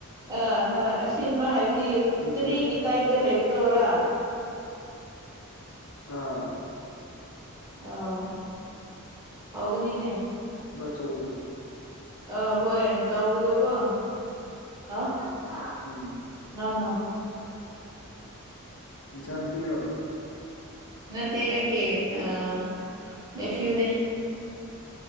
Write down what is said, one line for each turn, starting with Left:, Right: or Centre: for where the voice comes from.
Right: ꯑꯥ ꯍꯣꯏ ꯑꯁꯤꯟꯕ ꯍꯥꯏꯕꯗꯤ
Left: ꯑꯗꯨꯗꯨꯅꯦ
Right: ꯇ꯭ꯔꯤꯒꯤ ꯇꯥꯏꯞꯇ ꯂꯩꯕꯗꯨꯔ
Left: ꯑꯥ
Right: ꯑꯧ ꯍꯥꯎꯕꯅꯤꯅꯦ
Left: ꯆꯧꯗꯣ
Right: ꯑꯥ ꯍꯣꯏ ꯆꯧꯕꯗꯨꯀꯣ ꯍꯥꯎ ꯍꯥ
Left: ꯎꯝ
Right: ꯅꯣ ꯅꯣ
Left: ꯅꯆꯥꯅꯨꯄꯤꯔꯣ
Right: ꯉꯠꯇꯦ ꯑꯩꯒꯤ ꯑꯥ ꯅꯦꯐ꯭ꯌꯨꯅꯦ